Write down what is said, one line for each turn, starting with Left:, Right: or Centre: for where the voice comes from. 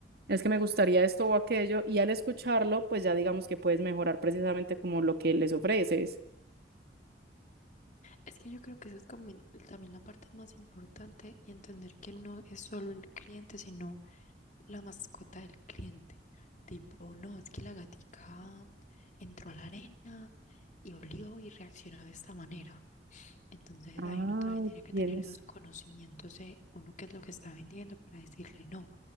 Right: es que me gustaría esto o aquello, y al escucharlo, pues ya digamos que puedes mejorar precisamente como lo que les ofreces.
Left: Es que yo creo que eso es como el- también la parte más importante y entender que no es solo el cliente, sino la mascota del cliente. Tipo, no, es que la gatica entró a la arena y olió y reaccionó de esta manera. Entonces
Right: Ay,
Left: ahí uno también tiene que
Right: tienes.
Left: tener esos conocimientos de uno qué es lo que está vendiendo para decirle no.